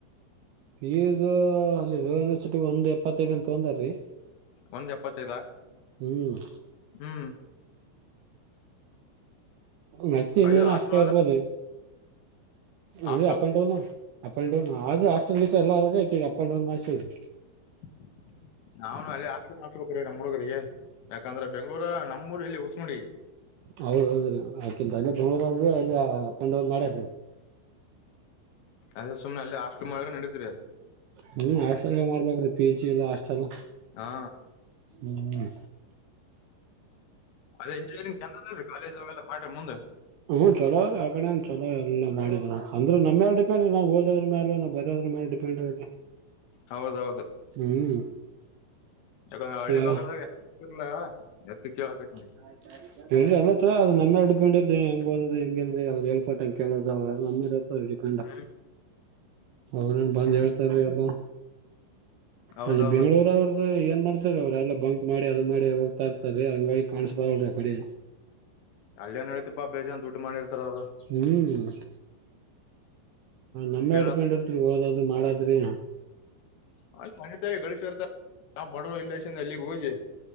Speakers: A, on the right; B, on the left.
A: ಫೀಸು ರೇವಾ ಯೂನಿವರ್ಸಿಟಿ ಒಂದ್ ಎಪ್ಪತ್ತೈದೇನೋ ತಗೊಂಡರಿ.
B: ಒಂದ್ ಎಪ್ಪತ್ತೈದ
A: ಹ್ಮ್
B: ಹ್ಮ್.
A: ಮತ್ತೆ ಇಲ್ಲಿನು
B: ಇದು ಹಾಸ್ಟೆಲ್
A: ಅಷ್ಟೇ
B: ಅದ
A: ಇರ್ಬೋದ್ರಿ.
B: hostel
A: ಎ up and down, up and down ಆದ್ರು ಹಾಸ್ಟೆಲ್ ಗಿಸ್ಟಲ್ ಎಲ್ಲ ಆದ ಇಕಿಗ್ ಅಪ್ ಅಂಡ್ ಡೌನ್ ಮಾಡ್ಸಿವ್ರಿ.
B: <inaudible> ನಾವುನು ಅಲ್ಲೆ ಹಾಸ್ಟೆಲ್ ಮಾಡಸ್ಬೇಕ್ರಿ ನಮ್ಮ ಹುಡ್ಗುರಿಗೆ ಯಾಕಂದ್ರೆ ಬೆಂಗಳೂರ ನಮ್ಮ ಊರ ಇಲ್ಲಿ ಉಸ್ಮಡಿ
A: ಹೌದೌದ್ರಿ ಆಕಿಂದ ಅಲ್ಲೇ ದೂರವ್ರಿ ಅಲ್ಲೇ ಅಪ್ ಅಂಡ್ ಡೌನ್ ಮಾಡ್ಯಾರಿ ಅವ್ರ.
B: ಅದೇ ಸುಮ್ನೆ ಅಲ್ಲೇ ಹಾಸ್ಟಲ್ ಮಾಡಿದ್ರ್ ನಡಿತದ್ರಿ.
A: ಹ್ಮ ಹಾಸ್ಟೆಲ್ನೇ ಮಾಡ್ಬೇಕ್ರಿ ಪಿಜಿ ಇಲ್ಲ ಹಾಸ್ಟಲ.
B: ಹಾ
A: ಹ್ಮ್
B: ಅದೇ ಇಂಜಿನಿಯರಿಂಗ್ ಚಂದದ ರೀ ಕಾಲೇಜ್ ಅವೆಲ್ಲ ಮಾಡ್ರಿ ಮುಂದ.
A: ಹ್ಮ್ ಚಲೋ ಆದ ಆಕಡೆಣ್ ಚಲೋ. <unintelligible> ಅಂದ್ರೆ ನಮ್ಮ್ಯಾಲ್ ಡಿಪೆಂಡ್, ನಾವ್ ಓದದ್ರ್ ಮ್ಯಾಲ್ ನಾವ್ ಬರಿಯೋದ್ರ್ ಮೇಲ್ ಡಿಪೆಂಡ್ ಇರುತ್ತೆ.
B: ಹೌದೌದು
A: ಹ್ಮ್
B: ಜರಾ ಹಳ್ಳಿಬಾಗದಾಗ
A: ಕ್ಲಾ
B: <unintelligible> ಅದ್ಕೆ ಕೇಳಕತ್ನಿ.
A: <unintelligible> ಅದು ನಮ್ಯಾಲ ಡಿಪೆಂಡ್ ಹೆಂಗ್ ಓದೋದು ಹೆಂಗೆ ಅವ್ರ ಹೇಳ್ ಕೊಟ್ಟಂಗೆ ಕೇಳೋದು ಅವೆಲ್ಲ ನಮ್ ಮೇಲೆ ಇರುತ್ತೆ ಡಿಪೆಂಡ್.
B: ಹ್ಮ್
A: ಅವ್ರೇನ್ ಬಂದ ಹೇಳ್ತಾರಿ ಎಲ್ಲ
B: ಹೌದೌದು
A: ಅಲ್ಲಿ ಬೆಂಗ್ಳೂರವ್ರ್. ಏನ್ ಮಾಡ್ತಾರ ಅವ್ರ್ ಎಲ್ಲ ಬಂಕ್ ಮಾಡಿ ಅದು ಮಾಡಿ ಹೋಗ್ತ ಇರ್ತರಿ ಹಂಗಾಗಿ ಕಾಣಸ್ಬಾರ್ದರಿ ಯಕಡಿ.
B: ಅಲ್ಲೇನೈಯ್ತೀಪ ಬೇಜಾನ್ ದುಡ್ಡ್ ಮಾಡಿರ್ತಾರ್ ಅವ್ರ್.
A: ಹ್ಮ್ ನಮ್ಮೇ
B: ಕೇಳ
A: ಡಿಪೆಂಡ್ ಇರ್ತರಿ ಓದದು ಮಾಡದ್ರಿ.
B: <unintelligible> ಗಳೇಶ್ವರ್ ಬಡ್ವ್ರು ಇಲ್ಲಕ್ಷನ್ ಎಲ್ಲಿಗೆ ಹೋಗಿ